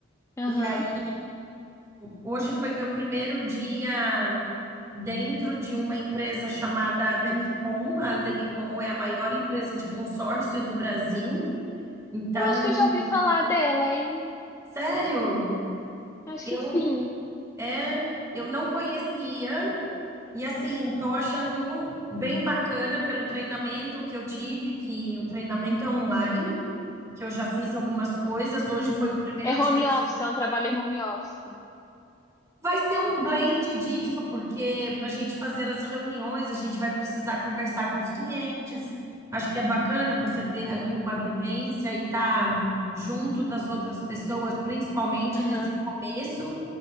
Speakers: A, on the left (about 15°); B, on the right (about 15°).
A: Aham.
B: E aí, hoje foi meu primeiro dia dentro de uma empresa chamada Demicon. A Demicon é a maior empresa de consórcio do Brasil. Então,
A: Eu acho que eu já ouvi falar dela, hein?
B: sério,
A: Acho
B: eu
A: que sim.
B: é, eu não conhecia e assim, tô achando bem bacana pelo treinamento que eu tive, que o treinamento é online, que eu já fiz algumas coisas. Hoje
A: Uhum.
B: foi o primeiro
A: É
B: dia
A: home
B: no
A: office, é um trabalho home office.
B: Vai ser um blend disso, porque para a gente fazer as reuniões, a gente vai precisar conversar com os clientes. Acho que é bacana você ter ali uma vivência e estar junto das outras pessoas, principalmente
A: Aham.
B: nesse começo,